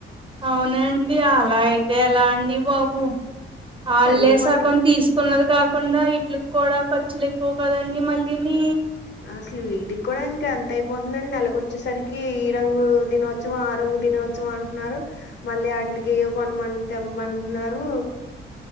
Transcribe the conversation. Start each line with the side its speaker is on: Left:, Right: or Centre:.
Right: అవునండి అలా అయితే ఎలా అండి బాబు వాళ్లే
Left: చదువు పని
Right: సకం తీసుకు కున్నది కాకుండా ఇటిలికి కూడా ఖర్చులు ఎక్కువ కదండి మళ్ళీని
Left: అసలు వీటికి కూడా ఇంకా ఎంత అయిపోతుందండి నెలకొచ్చేసరికి ఈ రంగు దినోత్సవ ఆ రంగు దినో చవం అంటున్నారు మళ్ళీ అడ్లికి ఒక వన్మంత్ తెంబంటున్నారు